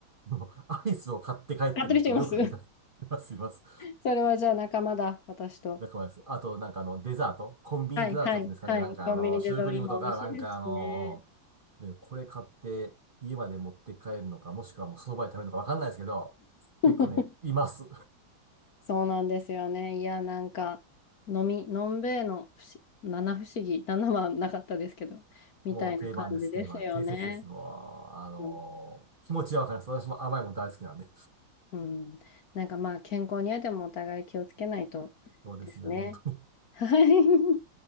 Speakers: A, on the right; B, on the left.
A: もうアイスを買って帰ってる人をよく見かけます、
B: 買ってる人います <laughs>
A: います。
B: それはじゃあ仲間だ、私と。
A: 仲間です。あと、なんかあの、デザート、コンビニデザートっていうんですかね、
B: はい、はい、はい。
A: なんかあの、
B: コンビニデザート今美味しいですしね。
A: シュークリームとか、なんかあの、で、これ買って家まで持って帰るのか、もしくはもうその場で食べるのかわかんないですけど、
B: <laughs>
A: 結構ね、います。
B: そうなんですよね。いや、なんか、飲み、のんべえの不思七不思議、七はなかったですけど、
A: <laughs>
B: みたいな感じですよね。
A: もう定番です、定番。定説です。もう、あの気持ちはわかります。
B: うん
A: 私も甘いもん大好きなんで。
B: うん。なんかまあ、健康にはでもお互い気をつけないとですね。
A: そうですね、本当に。
B: はい。